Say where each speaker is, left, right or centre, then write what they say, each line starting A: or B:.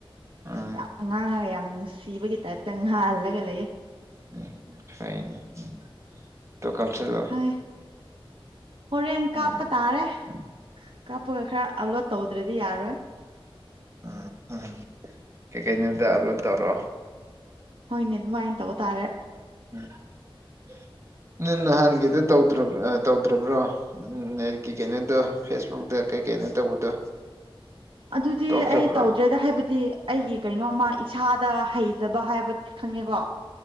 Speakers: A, on the right; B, on the right.
A: ꯎꯝ
B: ꯌꯥꯝꯉꯥꯡꯉꯒ ꯌꯥꯝ ꯅꯨꯡꯁꯤꯕꯒꯤ ꯇꯥꯏꯞꯇ ꯉꯥꯍꯜꯂꯒ ꯂꯩꯌꯦ
A: ꯎꯝ ꯐꯩꯅꯦ ꯎꯝ ꯇꯣ ꯀꯞꯁꯜꯂꯛ
B: ꯍꯥꯏ ꯍꯣꯔꯦꯟ ꯀꯥꯞꯄꯠ__
A: ꯎꯝ
B: ꯇꯥꯔꯦ ꯀꯥꯞꯄꯒ ꯈꯔ ꯑꯞꯂꯣꯗ ꯇꯧꯗ꯭ꯔꯗꯤ ꯌꯥꯔꯣꯏ
A: ꯑꯥ ꯑꯥ ꯀꯩꯀꯩꯅꯣꯗ ꯑꯞꯂꯣꯗ ꯇꯧꯔꯛꯑꯣ
B: ꯍꯣꯏꯅꯦ ꯑꯗꯨꯃꯥꯏꯅ ꯇꯧ ꯇꯥꯔꯦ
A: ꯎꯝ ꯅꯪ ꯅꯍꯥꯟꯒꯤꯗꯨ ꯇꯧꯗ꯭ꯔꯥꯕ ꯑꯥ ꯇꯧꯗ꯭ꯔꯥꯕ꯭ꯔꯣ ꯎꯝ ꯂꯥꯏꯔꯤꯛꯀꯤ ꯀꯩꯅꯣꯗꯣ ꯐꯦꯁꯕꯨꯛꯇ ꯀꯩ ꯀꯩꯅꯣ ꯇꯧꯕꯗꯣ
B: ꯑꯗꯨꯗꯤ
A: ꯇꯣꯛꯈ꯭ꯔꯕ꯭ꯔꯣ
B: ꯑꯩ ꯇꯧꯗ꯭ꯔꯦꯗ ꯍꯥꯏꯕꯗꯤ ꯑꯩꯒꯤ ꯀꯩꯅꯣꯃ ꯏꯁꯥꯗ ꯍꯩꯖꯕ ꯍꯥꯏꯕ ꯈꯪꯉꯦꯀꯣ